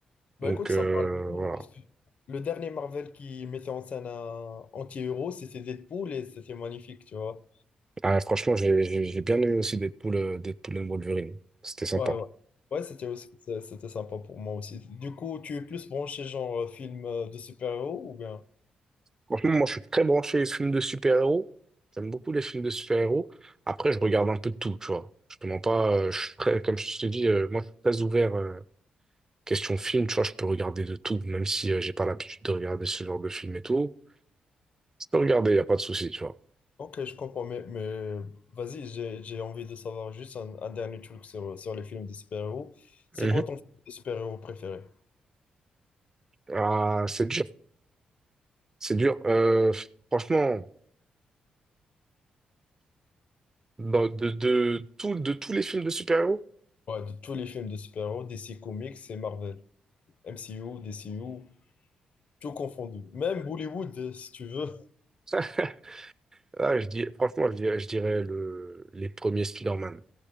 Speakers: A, on the left; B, on the right.
A: Bah
B: Donc,
A: écoute, ça
B: euh,
A: me parle beaucoup,
B: voilà.
A: parce que le dernier Marvel qui mettait en scène un anti-héros, c'était Deadpool et c'était magnifique, tu vois.
B: Ah, franchement, j'ai j'ai- j'ai bien aimé aussi Deadpool, euh, Deadpool and Wolverine. C'était sympa.
A: Ouais, ouais. Ouais, c'était aussi, c'est- c'était sympa pour moi aussi. Du coup, tu es plus branché genre euh, film euh, de super-héros ou bien?
B: Franchement, moi, je suis très branché les films de super-héros. J'aime beaucoup les films de super-héros. Après, je regarde un peu de tout, tu vois. Je te mens pas, euh, je suis très, comme je te dis, euh, moi, je suis très ouvert. euh, Question film, tu vois, je peux regarder de tout, même si euh, j'ai pas l'habitude de regarder ce genre de film et tout. Je peux regarder, y a pas de souci, tu vois.
A: Ok, je comprends, mais, mais vas-y, j'ai, j'ai envie de savoir juste un, un dernier truc sur, sur les films de super-héros. C'est
B: Mhm.
A: quoi ton film de super-héros préféré?
B: Ah, c'est dur, c'est dur. Euh, franchement, dans- de, de, tout, de tous les films de super-héros,
A: Ouais, de tous les films de super-héros, DC Comics et Marvel. MCU, DCU, tout confondu. Même Bollywood, euh, si tu veux.
B: <laughs> ah, je dis, franchement, je dirais, je dirais le, les premiers Spider-Man.